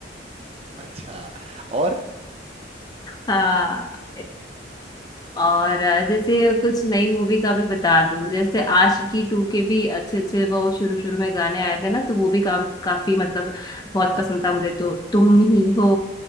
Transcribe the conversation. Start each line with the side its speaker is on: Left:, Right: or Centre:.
Right: अच्छा और
Left: हाँ और अ, जैसे कुछ नई मूवी का भी बता दूं जैसे आशिकी टू के भी अच्छे अच्छे वो शुरू शुरू में गाने आए थे ना तो वो भी काम काफी मतलब बहुत
Right: बहुत
Left: पसंद था मुझे तो तुम ही हो